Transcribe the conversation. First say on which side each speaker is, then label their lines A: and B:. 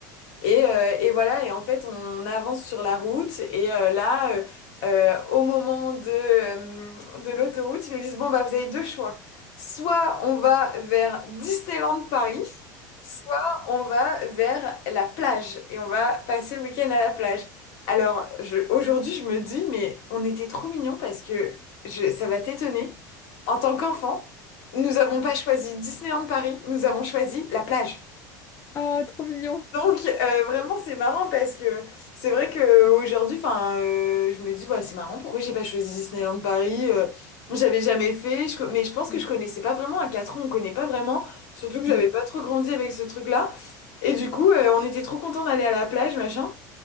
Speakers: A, on the left; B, on the left.
A: et, euh, et voilà, et en fait, on avance sur la route. Et euh, là, euh, euh, au moment de, euh, de l'autoroute, ils nous disent, bon, bah, vous avez deux choix. Soit on va vers Disneyland Paris, soit on va vers la plage et on va passer le week-end à la plage. Alors, je, aujourd'hui, je me dis, mais on était trop mignons parce que je, ça va t'étonner. En tant qu'enfant, nous n'avons pas choisi Disneyland Paris, nous avons choisi la plage.
B: Oh, trop mignon.
A: Donc euh, vraiment c'est marrant parce que c'est vrai que aujourd'hui enfin euh, je me dis bah c'est marrant pourquoi j'ai pas choisi Disneyland Paris euh, j'avais jamais fait je co- mais je pense que
B: Mm,
A: je connaissais pas vraiment à 4 ans on connaît pas vraiment surtout que j'avais
B: mm.
A: pas trop grandi avec ce truc-là et du coup euh, on était trop contents d'aller à la plage machin